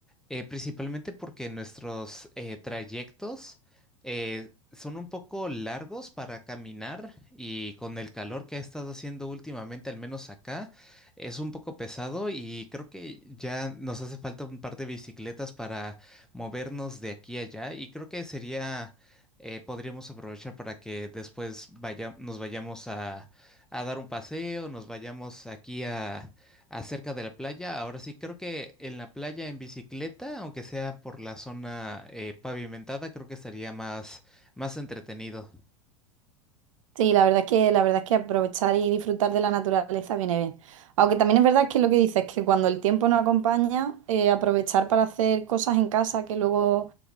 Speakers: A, in the centre; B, on the right.
A: Eh, principalmente porque nuestros eh, trayectos eh, son un poco largos para caminar y con el calor que ha estado haciendo últimamente, al menos acá, es un poco pesado y creo que ya nos hace falta un par de bicicletas para movernos de aquí a allá y creo que sería, eh, podríamos aprovechar para que después vaya- nos vayamos a, a dar un paseo, nos vayamos aquí a Acerca de la playa, ahora sí, creo que en la playa en bicicleta, aunque sea por la zona eh, pavimentada, creo que estaría más, más entretenido.
B: Sí, la verdad es que, la verdad es que aprovechar y disfrutar de la naturaleza viene bien. Aunque también es verdad que lo que dices, que cuando el tiempo no acompaña, eh, aprovechar para hacer cosas en casa que luego